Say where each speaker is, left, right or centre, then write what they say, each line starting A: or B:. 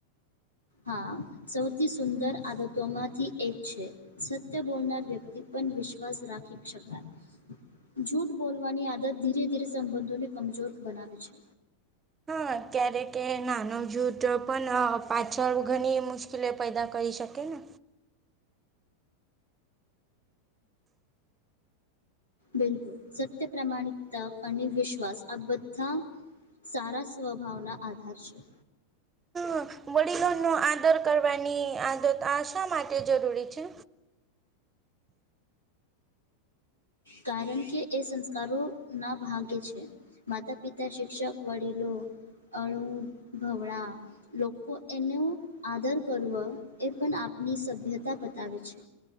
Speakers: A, on the left; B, on the right.
A: હા સૌથી સુંદર આદતોમાંથી એક છે. સત્ય બોલનાર વ્યક્તિ પણ વિશ્વાસ રાખી શકાય. જૂઠ બોલવાની આદત ધીરે ધીરે સંબંધોને કમજોર બનાવે છે.
B: હા ક્યારેક એ નાનો જુઠ પણ પાછળ ઘણી મુશ્કેલી લે પેદા કરી શકે ને
A: બિલકુલ સત્ય, પ્રમાણિકતા અને વિશ્વાસ આ બધા સારા સ્વભાવના આધાર છે.
B: હા વડીલોનો આદર કરવાની આદત આ શા માટે જરૂરી છે?
A: કારણ કે એ સંસ્કારોના ભાગે છે. માતા, પિતા, શિક્ષક, વડીલો અણુભવડા લોકો એનુ આદર કરવુ એ પણ આપની સભ્યતા બતાવે છે.